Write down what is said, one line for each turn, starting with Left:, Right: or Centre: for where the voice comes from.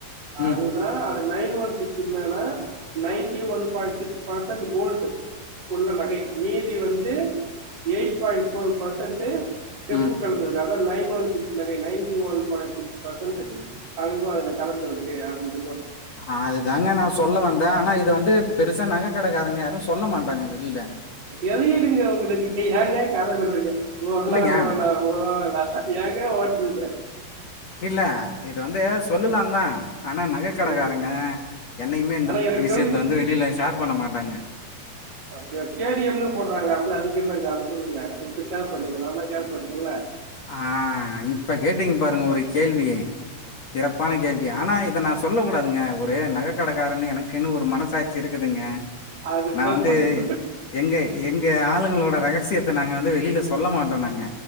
Left: ம்
Right: அதுதா நைன் ஒன் சிக்ஸ் என்னனா நைன்டி ஒன் பாய்ன்ட் சிக்ஸ் பா கோல்டு உள்ள நகை மீதி வந்து எயிட் பாய்ண்ட் ஃபோர் பர்சன்ட் செப்பு
Left: ம்
Right: கலந்தது நைன் ஒன் சிக்ஸ் நகை ninety one point six percent தங்கோ அதுல கலந்த இருக்கு அப்ப
Left: அத தாங்க நா சொல்ல வந்த ஆனா இது வந்து பெருசா நக கடக்காருங்க சொல்ல மாட்டாங்க வெளியில
Right: எழுதிடுங்க உங்களுக்கு ஏங்க கத விடுறீங்க <unintelligible>
Left: இல்லைங்க
Right: ஏங்க ஓட்றீங்க
Left: இல்ல இது வந்து சொல்லுலா தா ஆனா நக கடக்காரங்க
Right: ம்.
Left: என்னைக்குமே இந்த
Right: ஆனா
Left: மாரி
Right: எனக்கு
Left: விஷயத்த
Right: தெரிஞ்சு
Left: வந்து வெளியில ஷேர் பண்ண மாட்டாங்க
Right: அப்படியா கே டி எம்னு போடுறாங்கள அப்படி அதுக்கு என்னங்க அத சொல்லுங்க இப்ப ஷேர் பண்ணுங்க நாலா ஷேர் பண்ணல்ல
Left: ஆஹ் இப்ப கேட்டீங்க பாருங்க ஒரு கேள்வி சிறப்பான கேள்வி ஆனா இத நா சொல்ல கூடாதுங்க ஒரே நக கடக்காரன்னு எனக்குன்னு ஒரு மனசாட்சி இருக்குதுங்க
Right: அது
Left: நா
Right: சஸ்பென்ஸ்
Left: வந்து எங்க எங்க ஆளுங்களோட ரகசியத்த நாங்க வந்து வெளியில சொல் சொல்ல மாட்டோ நாங்க